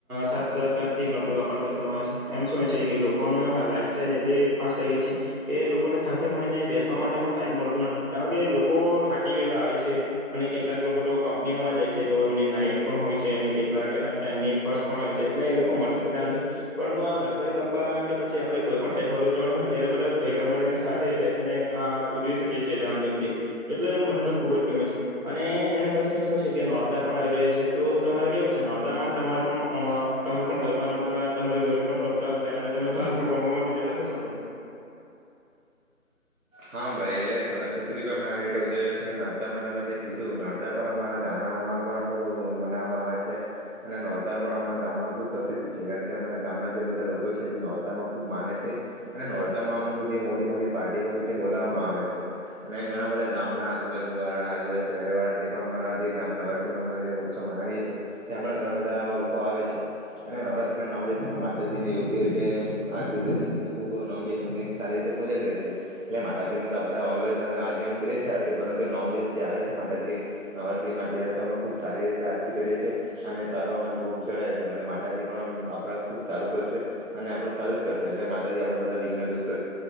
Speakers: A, on the right; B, on the right.
A: સાથ. સહકાર થી ગણપતિ બાપાને બેસવાવામાં આવે છે. એમ શું છે કે લોકોનું લાઈફ સ્ટાઈલ એટલી ફાસ્ટ થઈ ગઈ છે કે લોકોને સાથે મળીને બેસવા માટે પણ ટાઈમ મળતો નથી કારણ કે લોકો થા કી ગયેલા આવે છે અને કેટલાક લોકો તો કંપનીઓમાં જાય છે તો એમની નાઈટ પણ હોય છે અનેઘરે હોય એ આવે. કેટલાક એના ફ્રેન્ડની ફર્સ્ટ પણ હોય છે એટલે એ લોકો મળી શકતા નથી પરંતુ આ ગણપતિ બાપા કે પછી આપને કોઈ પણ તહેવાર ઉજવવાનો હોય ત્યારે બધા ભેગા મળીને સાથે બેસીને આ ઉજવી શકીએ છીએ ધામધૂમથી એટલે મને તો ખૂબ જ ગમે છે અને એના પછી શું છે કે નોરતા પણ આવી રહ્યા છે તો તમારે કેવું ચાલીરહ્યું છે. નોરતામાં તમારે પણ અ તમે પણ ગરબા રમવા તમારી ઘરે પણ રમતા હશો અને તમે બહાર પણ રમવા માટે જતા હશો ને.
B: હા ભાઈ એલે ગણેશ ચતુર્થી અમે આવી રીતે ઉજાવ્યો છે અને નોરતા માં તમે જે કીધું નો રતા પર અમારા ગામડામાં પણ ખૂબ મનાવવામાં આવે છે. અને નોરતા પણ અમારા ગામમાં ખુબ પ્રસિદ્ધ છે કારણ કે અમારા ગામના જે બધા લોકો છે તે નોરતામાં ખૂબ માને છે. અને નોરતામાં અમુક જે મોટી મોટી પાર્ટી હોય છે. બોલાવવામાં આવે છે અને ઘણા બધા ગામના આજુબાજુ વાળા આજુબાજુ શહેર વાળા તે પણ અમારા જે ગામ માં નવરાત્રીમાં અ ઉત્સવ મનાવીએ છીએ ત્યાં પણ ઘણા બધા લોકો આવે છે અને નવરાત્રીના નવ દિવસે માતાજી ને યોગ્ય રીતે આરતી કરીએ છીએ અને ખુબ નવ દિવસ સારી રીતે પૂજા કરીએ છીએ. એટલે માતાજીને તો આપણે ઓલવેઝ આજીવન કરીએ જીએ આરતી પરંતુ નવ દિવસ જે આવે છે માતાજી નવરાત્રીમાં અ્યારે તો અમે ખુબ સારી રીતે આરતી કરીએ છીએ અને સારો અમે ભોગ જડાવએ છીએ કારણ કે માતાજી પણ આપણા ખુબ સારું કરશે અને આપડું સારું જ કરશે એટલે માતાજી આપણા બધા વિઘ્ન દૂર કરશે. છે